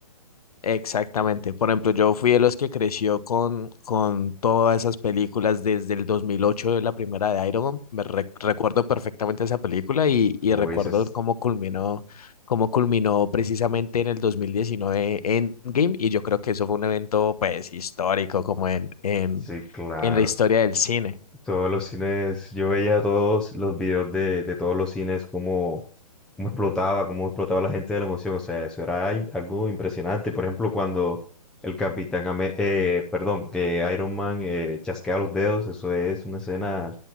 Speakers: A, on the left; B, in the centre.
A: Exactamente. Por ejemplo, yo fui de los que creció con, con todas esas películas desde el 2008 de la primera de Iron Man. Me re- recuerdo perfectamente esa película y, y
B: Uy,
A: recuerdo
B: esas-
A: cómo culminó, cómo culminó precisamente en el 2019 Endgame. Y yo creo que eso fue un evento pues histórico como en, en,
B: sí, claro.
A: en la historia del cine.
B: Todos los cines, yo veía todos los videos de, de todos los cines, cómo, cómo explotaba, cómo explotaba la gente de la emoción. O sea, eso era im- algo impresionante. Por ejemplo, cuando el Capitán Ame- eh, perdón, eh, Iron Man eh, chasquea los dedos, eso es una escena